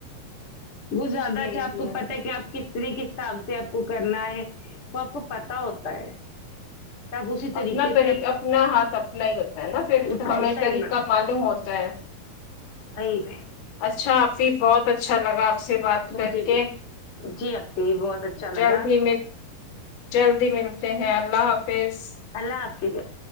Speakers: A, on the left; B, on the left.
A: وہ زیادہ
B: جی
A: اچھا آپ
B: جی
A: کو پت ہے کہ آپ ک یہ کس حساب سے آپ کو کرنا ہے وہ آپ کو پتا ہوتا ہے تو آپ اسی طریقے
B: اپنا طریقہ
A: سے آپ
B: اپنا ہاتھ اپنا ہی ہوتا ہے نا پھر
A: اس کا
B: ہمیں
A: حصہ
B: طریقہ معلوم ہوتا ہے
A: صحیح میں
B: اچھا آپ کی بہت اچھا لگا سے بات
A: مجھے
B: کر کے
A: بھی جی اپی بہت اچھا لگا
B: جلدی مل جلدی ملتے ہیں اللہ حافظ
A: اللہ حافظ